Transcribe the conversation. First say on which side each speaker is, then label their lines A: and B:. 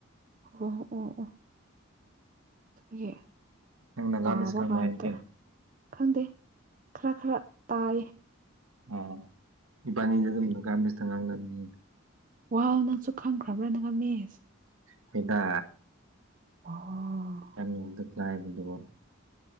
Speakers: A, on the right (about 40°); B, on the right (about 80°).
A: ꯍꯣꯏ ꯍꯣꯏ ꯑꯥ ꯑꯥ ꯒꯤ
B: ꯅꯪ ꯅꯥꯒꯥꯃꯤꯁ
A: ꯇꯥꯕ
B: ꯉꯥꯡꯕ
A: ꯀꯥꯟꯗ
B: ꯍꯩꯇꯦ
A: ꯈꯪꯗꯦ ꯈꯔ ꯈꯔ ꯇꯥꯏꯌꯦ
B: ꯑꯣ ꯏꯕꯥꯅꯤꯗꯣ ꯑꯗꯨꯝ ꯅꯒꯥꯃꯤꯁꯇ ꯉꯥꯡꯅꯕꯅꯤ
A: ꯋꯥ ꯅꯪꯁꯨ ꯈꯪꯈ꯭ꯔꯕ꯭ꯔꯥ ꯅꯉꯥꯃꯤꯁ
B: ꯍꯣꯏꯗ
A: ꯑꯣ
B: ꯅꯪ ꯃꯤꯡꯗ ꯀꯥꯢꯕꯗꯨꯕꯣ